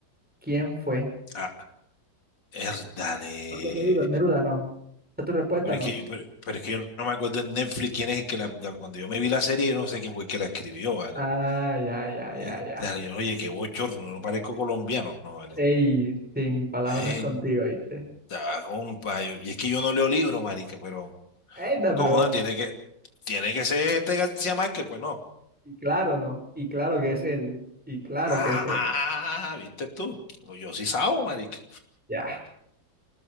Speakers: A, in the centre; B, on the left.
A: ¿Quién fue?
B: Ah, Erdale.
A: Pablo Neruda. Neruda, no. ¿Es tu respuesta,
B: Pero
A: no?
B: es que, pero, pero es que yo no me acuerdo en Netflix quién es el que la, la- cuando yo me vi la serie, yo no sé quién fue el que la escribió, ¿vale?
A: Ah, ya, ya,
B: Eh,
A: ya, ya.
B: dale, oye, qué bochorno, no parezco colombiano, ¿no, vale?
A: Ey, sin palabras
B: Eh,
A: contigo, ¿viste?
B: da, compa, yo- y es que yo no leo libros, marica, pero
A: Enda,
B: no,
A: pero.
B: joda, tiene que, tiene que ser este García Márquez, pues no.
A: Y claro, no. Y claro que es él. Y claro
B: Ah,
A: que es él.
B: ¿viste tú? No, Yo sí sabo, marica.
A: Ya,